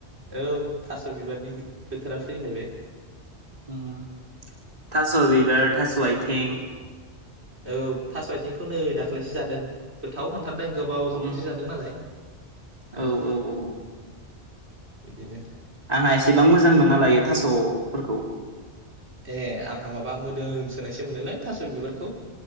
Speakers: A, on the right (about 70°); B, on the right (about 35°).
A: औ थास' बिबारनि बोथोरा फैलायबाय
B: उम थास बिबार थास आथिं
A: औ थास आथिंखौ नै दाख्लैसो जादों गोथाव मोन हाथारदों गोबावजों
B: उम
A: खनसे जादों नालाय बिदिनो
B: औ औ औ आंहा एसेबां मोजां मोनालायो थासफोरखौ
A: ए आंहा माबा मोदोम सोनायसो मोनोलै थास बिबारखौ